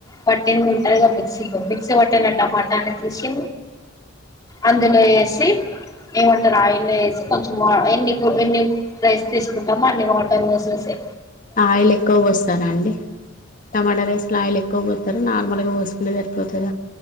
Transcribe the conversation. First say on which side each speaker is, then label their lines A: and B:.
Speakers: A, on the left; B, on the left.
A: పట్టింది ఉంటుంది కదా మిక్సీ పట్టిన టమాటాన్ని తీసి అందులో వేసి ఏమంటారు ఆయిల్ వేసి కొంచెం ఎన్ని ఎన్ని రైస్ తీసుకుంటామో అన్ని వాటర్ వసేసి
B: ఆయిల్ ఎక్కువ పోస్తారా అండి టమాటా రైస్ లో ఆయిల్ ఎక్కువ పోస్తారు నార్మల్ గా పోసుకు సరిపోతద